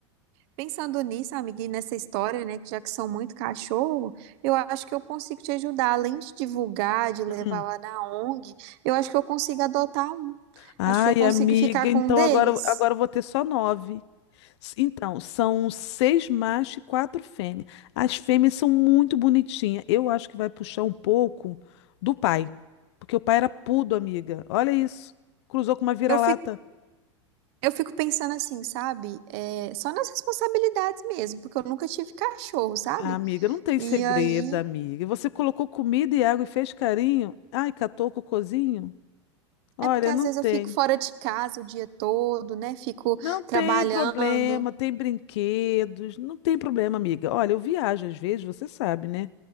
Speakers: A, on the right; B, on the left.
A: pensando nisso, amiga, e nessa história, né, que já que são muito cachorro, eu acho que eu consigo te ajudar. Além de divulgar, de levar
B: Hum.
A: lá na ONG, eu acho que eu consigo adotar um.
B: Ai,
A: Acho que eu consigo
B: amiga,
A: ficar
B: então
A: com um deles.
B: agora, agora eu vou ter só nove. S- Então, são seis machos e quatro fêmeas. As fêmeas são muito bonitinhas. Eu acho que vai puxar um pouco do pai, porque o pai era pudo, amiga. Olha isso. Cruzou com uma vira-lata.
A: Eu fico Eu fico pensando assim, sabe? É, só nas responsabilidades mesmo, porque eu nunca tive cachorro, sabe?
B: Ah, amiga, não tem
A: E
B: segredo,
A: aí
B: amiga. E Você colocou comida e água e fez carinho? Ai, catou o cocôzinho? Olha,
A: é porque às
B: não
A: vezes
B: tem.
A: eu fico fora de casa o dia todo, né? Fico
B: Não tem
A: trabalhando.
B: problema, tem brinquedos, não tem problema, amiga. Olha, eu viajo às vezes, você sabe, né?